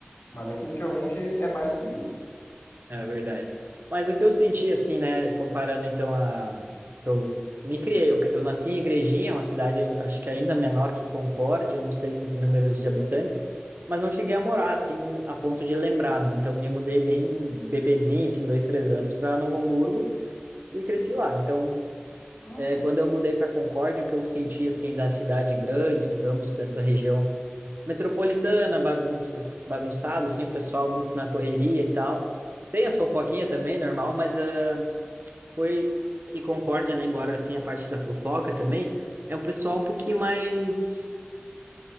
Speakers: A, on the left; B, on the right.
A: Mas definitivamente é mais do que isso.
B: É verdade. Mas o que eu senti, assim, né, comparando então a... Eu me criei, eu, eu nasci em Igrejinha, uma cidade acho que ainda menor que Concórdia, não sei em números de habitantes, mas não cheguei a morar, assim, a ponto de lembrar, né? Então me mudei bem bebezinho, assim, dois, três anos, para Novo Hamburgo e cresci lá. Então,
A: Hum,
B: é, quando eu mudei para Concórdia, o que eu senti, assim, da cidade grande, digamos, dessa região metropolitana, bagunças, bagunçado, assim, o pessoal muito na correria e tal. Tem as fofoquinhas também, normal, mas ah, foi que Concórdia, né, embora assim a parte da fofoca também, é um pessoal um pouquinho mais